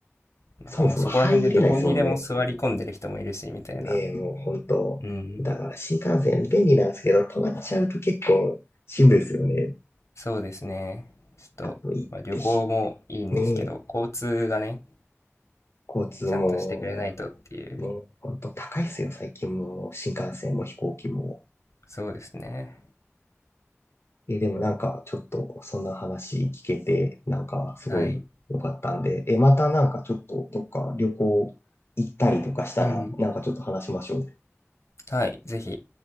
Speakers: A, on the left (about 80°); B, on the left (about 60°).
A: う、なんかもうそこら辺でどこにでも座り込んでる人もいるし、
B: そもそも入れないですもんね。
A: みたいな。
B: ねえ、もう本当。
A: うん。
B: だから新幹線便利なんですけど、止まっちゃうと結構しんどいですよね。
A: そうですね。ちょっと、
B: あと行ってひ、
A: まあ、旅行もいいんですけど、
B: ねえ、
A: 交通がね、
B: 交通も、
A: ちゃんとしてくれないとっていう。
B: ねえ、本当高いですよ、最近も。新幹線も飛行機も。
A: そうですね。
B: え、でもなんか、ちょっと、そんな話聞けて、なんか、すごい良かったんで、
A: はい。
B: え、またなんかちょっと、どっか旅行行ったりとかしたら、
A: うん。
B: なんかちょっと話しましょう。
A: はい。ぜひ、